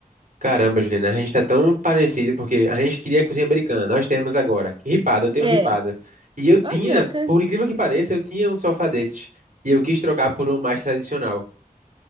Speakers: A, on the right; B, on the right.
A: Caramba, Juliana, a gente tá tão parecido porque a gente queria cozinha americana. Nós temos agora. Ripado, eu tenho
B: É.
A: ripado. E eu tinha,
B: Olha que bacana.
A: por incrível que pareça, eu tinha um sofá desses. E eu quis trocar por um mais tradicional.